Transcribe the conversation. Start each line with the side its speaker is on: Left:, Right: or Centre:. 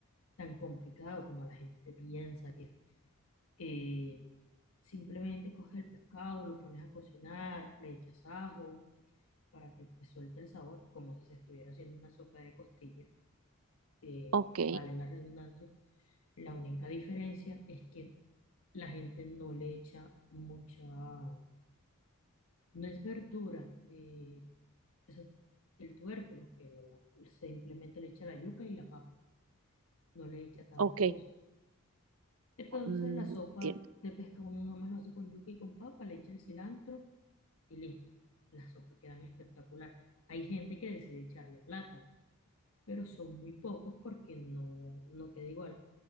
Left: tan complicado como la gente piensa que es. Eh, Simplemente coges el pescado, lo pones a cocinar, le echas ajo para que pues, suelte el sabor, como si se estuviera haciendo una sopa de costillas. Eh,
Right: Ok,
Left: vale la redundancia. La única diferencia es que la gente no le echa mucha, no es verdura, eh, eso- el tubérculo, que la- la- simplemente le echa la yuca y la papa, no le echa tanta
Right: ok,
Left: cosa. Entonces
Right: mm,
Left: la sopa
Right: entiendo.
Left: de pescado uno nomás lo hace con yuca y con papa, le echa el cilantro y listo. Las sopas quedan espectacular. Hay gente que decide echarle plátano, pero son muy pocos porque no, no queda igual.